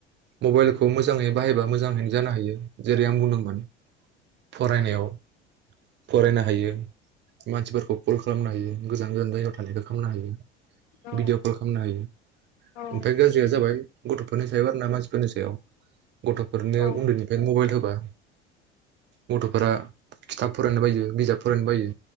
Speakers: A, on the right; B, on the left.
A: मबेलखौ मोजाङै बाहायबा मोजांहैनो जानो हायो जेरै आं बुंदोंमोन फरायनायाव फरायनो हायो। मानसिफोरखौ कल खालामनो हायो गोजान गोजान जायगायाव थानायखौ खामनो हायो
B: औ
A: भिडिअ कल खामनो हायो
B: औ
A: ओमफाय गाज्रिया जाबाय गथफोरनि सायाव आरोना मानसिफोरनि सायाव गथफोरनो
B: औ
A: उन्दैनिफ्राय मबेल होबा गथफोरा खिथाब फरायनो बायो बिजाब फरायनो बायो